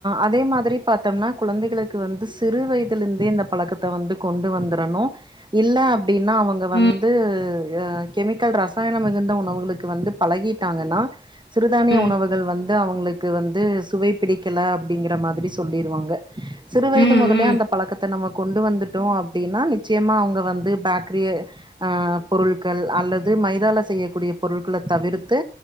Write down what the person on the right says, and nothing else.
அதே மாதிரி பாத்தம்னா குழந்தைகளுக்கு வந்து சிறு வயதில இருந்தே இந்த பழக்கத் த வந்து கொண்டு வந்துரணு இல்ல அப்டின்னா அவங்க வந்து
கெமிக்கல் ரசாயனம் மிகுந்த உணவுகளுக்கு வந்து பழகிட்டாங்கன்னா சிறுதானிய
உணவுகள் வந்து அவங்களுக்கு வந்து சுவை பிடிக்கல அப்டிங்கிற மாதிரி சொல்லிருவாங்க சிறு வயது
முதலே
அந்த பழக்கத்த நம்ம கொண்டு வந்துட் டோ அப்டின்னா நிச்சயமா அவங்க வந்து பேக்ரிய ஆ பொருட்கள் அல்லது மைதால செய்யக்கூடிய பொருட்கள தவிர்த்து